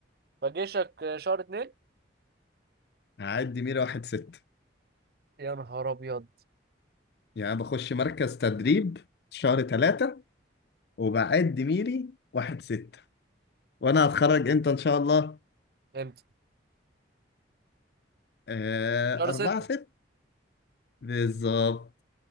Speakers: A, on the right (about 55°); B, on the left (about 60°).
A: فجيشك شهر اتنين
B: هعدي ميري واحد ست
A: يا نهار ابيض
B: يعني بخش مركز تدريب شهر ثلاثة وبعد ميري واحد ستة وانا هتخرج امتى ان شاء الله
A: امتى
B: آه،
A: شهر
B: أربعة
A: ستة
B: ست بالظبط